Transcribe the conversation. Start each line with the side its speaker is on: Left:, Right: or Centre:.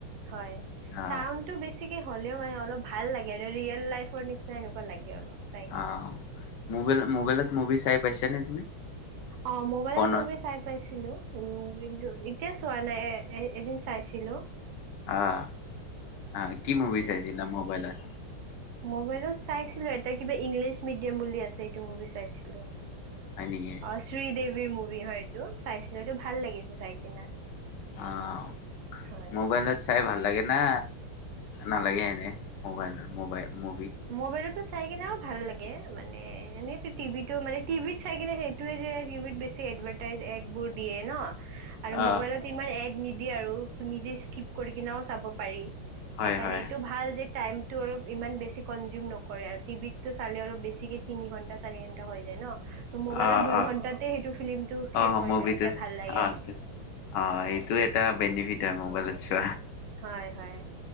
Right: হয়,
Left: অ
Right: চাউণ্ডটো বেছিকে হ মানে অলপ ভাল লাগে আৰু ৰিয়েল লাইফৰ নিচিনা এনেকুৱা লাগে অলপ। চাই কিনা
Left: অ মবাইলত-মবাইলত মভি চাই পাইছা নে তুমি?
Right: অ মোবাইলত
Left: ফোনত?
Right: মুভি চাই পাইছিলো, উম কিন্তু এতিয়া চোৱা নাই এ এ এদিন চাইছিলো্
Left: আহ আহ কি মুভি চাইছিলা মোবাইলত?
Right: মবাইলত চাইছিলো এটা কিবা ইংলিছ মিডিয়াম বুলি আছে এইটো মুভি চাইছিলো।
Left: হয় নেকি
Right: অ শ্ৰীদেৱীৰ মুভি হয়। কিয়? চাইছিলোটো ভাল লাগিছে চাই কিনা।
Left: অহ
Right: হয়
Left: মোবাইলত চাই ভাল লাগে না নালাগে এনে মোবাইল মোবাইল মুভি
Right: মোবাইলতে চাই কিনে ভাল লাগে মানে, এনেটো টিভিতো মানে টিভিত চাই কিনে সেইটোৱে যে টিভিত বে চি এডভাৰটাইজ এড বোৰ দিয়ে ন। আৰু
Left: অ
Right: মোবাইলত ইমান এড নিদিয়ে আৰু নিজে ঠিক কৰি কিনেও চাব পাৰি,
Left: হয়
Right: সেইকাৰণে
Left: হয়
Right: এইটো ভাল যে তাইমটো আৰু ইমান বেছি কঞ্জিয়ুম ন কৰে আৰু টিভিতটো চালে অলপ বেছি তিনি ঘণ্টা চাৰি ঘণ্টা হৈ যায় ন ত মবাইলত
Left: অ
Right: দুই
Left: অ
Right: ঘন্টাতে সেইটো ফিলমটো শেষ
Left: অ
Right: হৈ
Left: মুভিটো
Right: যায়, তেতিয়া ভাল লাগে
Left: অ অ
Right: হয়।
Left: এইটো এটা বেনিফিট হয় মোবাইলত আৰু
Right: হয় হয়